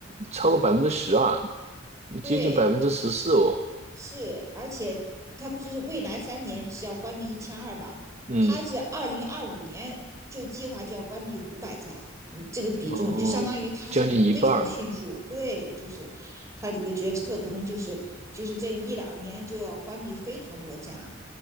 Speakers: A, on the right; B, on the right.
A: 超过百分之十啊，
B: 对，
A: 接近百分之十四哦。
B: 是，而且它不是未来三年是要关闭一千二嘛？
A: 嗯，
B: 它是二零二五年就计划就要关闭五百家，嗯，这个比重就相当于它是非常迅速。
A: 哦，将近一半儿，
B: 对，就是它这个决策可能就是就是这一两年就要关闭非常多家。